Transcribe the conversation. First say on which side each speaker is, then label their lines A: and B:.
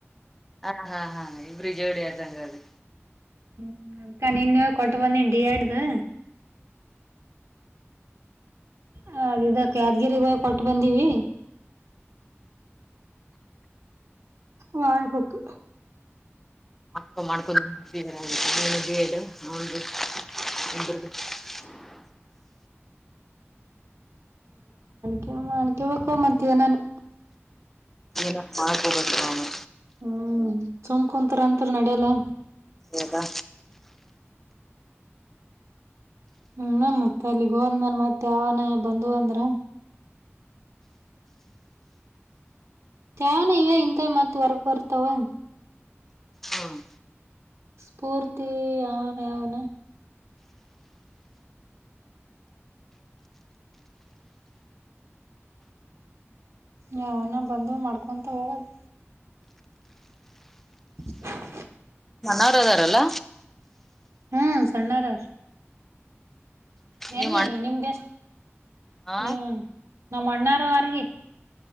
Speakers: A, in the centre; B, on the right.
A: ಹಾ ಹಾ ಹಾ ಇಬ್ಬರು ಜೋಡಿ ಆಯ್ತು ಹಂಗಾರೆ
B: ಹ್ಮ ಅಕ ನೀನ್ ಕೊಟ್ಟ ಬಂದೀನಿ ಡಿಎಡ್ ದು ಹ ಅದ ಯಾದಗಿರಿಗೆ ಹೋಗಿ ಕೊಟ್ಟು ಬಂದೀವಿ ಹೋಗಬೇಕು
A: <unintelligible> <inaudible>
B: ಕೇಳಿಕೊ ಕೇಳಿಕೊ ಮತ್ ಏನಾನಾ
A: ಈಗ ಮಾಡಬೇಕು ನಾವು
B: ಹ್ಮ್ ಸುಮ್ ಕುಂತ್ರು ಅಂತೂ ನೆಡಿಯಲ್ಲಾ
A: ಅಲ್ಲ್ವಾ
B: ಹ್ಮ ಮತ್ತ ಅಲ್ಲಿಗೆ ಹೋದ್ಮ್ಯಲೆ ಮತ್ತೆ ಯಾವನ ಬಂದು ಅಂದ್ರ ಏನಿಲ್ಲ ಇಂತವೆ ಮತ್ ಹೊರಗ್ ಬರ್ತಾವ
A: ಹ್ಮ್
B: ಪೂರ್ತಿ ಯನ್ ಯಾವನು ಯಾವನ ಬಂದು ಮಾಡ್ಕೊಂತ ಹೋಗದ <inaudible>
A: ಸಣ್ಣವರು ಇದಾರಲ್ಲ
B: ಹ್ಮ್ ಸಣ್ಣಾರರೇ ಎಲ್ಲಿ
A: ನಿಮ್ ಅಣ್ಣ
B: ನಿಮ್ದು ಎಷ್ಟು
A: ಹಾ
B: ನೀವು ನಮ್ಮ ಅಣ್ಣಾರ ವರ್ಗಿ